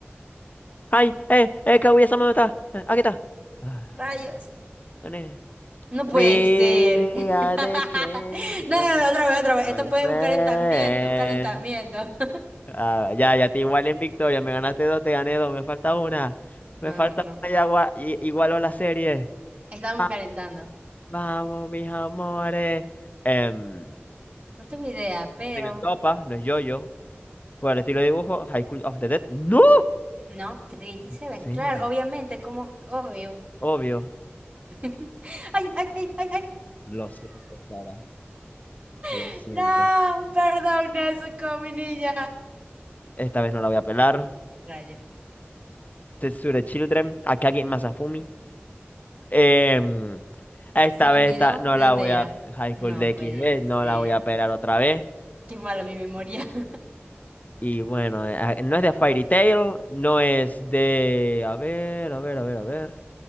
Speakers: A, on the left; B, on the right.
A: ¡Ay! ¡Eh! ¡Eh! ¡Kaguya-sama no está! Eh, ¡Aquí está! Ah,
B: Rayos.
A: ¿dónde es?
B: No
A: We
B: puede ser. <laughs>
A: are the champions,
B: No, no, no, otra vez, otra vez.
A: my
B: Esto fue
A: friend.
B: un calentamiento, un calentamiento. <laughs>
A: Ah, ya, ya te igualé en victoria. Me ganaste dos, te gané dos. Me falta una. Me
B: No,
A: falta
B: no, no.
A: una y, agua- y- igualo la serie.
B: Estábamos
A: Ah,
B: calentando.
A: Vamos, mis amores. Em,
B: No tengo idea, pero
A: Tengan topa, no es yo-yo. Por el estilo de dibujo, High School of the Dead. ¡No!
B: no, treinta y siete
A: Seven.
B: Claro, obviamente, como obvio.
A: Obvio.
B: <laughs> Ay, ay, ay, ay, ay.
A: Lo siento, Sara. Lo
B: No,
A: siento.
B: <laughs> no, perdón, Nezuko, mi niña.
A: Esta vez no la voy a pelar.
B: Rayo.
A: Tetsure Children. Akagi Masafumi. Em, esta
B: Se me
A: vez
B: olvidó
A: esta, no
B: de
A: la
B: dónde
A: voy a.
B: era.
A: High
B: No
A: School de
B: puede
A: X D
B: ser.
A: No la voy a pelar otra vez.
B: Qué mala mi memoria. <laughs>
A: Y bueno, eh, ah, no es de Fairy Tail, no es de. A ver, a ver, a ver, a ver.